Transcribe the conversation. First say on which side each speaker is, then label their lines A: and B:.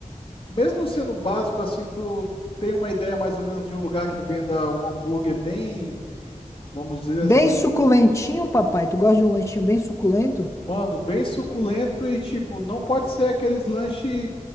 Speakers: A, on the left (about 40°); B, on the left (about 20°).
A: mesmo sendo básico assim, tu tem uma ideia mais ou menos de um lugar que venda um hambúrguer bem, vamos dizer
B: Bem
A: assim,
B: suculentinho, papai. Tu gosta de um lanchinho bem suculento? O
A: Mano, bem suculento e tipo, não pode ser aqueles lanche